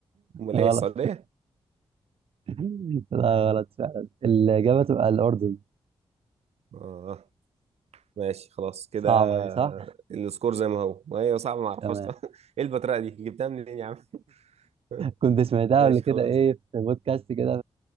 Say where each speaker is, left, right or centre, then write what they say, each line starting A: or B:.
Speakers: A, on the right (about 85°); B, on the right (about 65°).
A: أمال
B: غلط
A: إيه السعودية؟
B: <laughs> لا غلط فعلا الإجابة تبقى الأردن
A: آه ماشي خلاص كده
B: صعبة دي صح؟
A: السكور زي ما هو ما هي صعبة معرفهاش
B: تمام
A: <laughs> إيه البطريقة دي جبتها منين يا عم؟ <laughs>
B: كنت سمعتها
A: ماشي
B: قبل كده
A: خلاص
B: ايه في بودكاست كده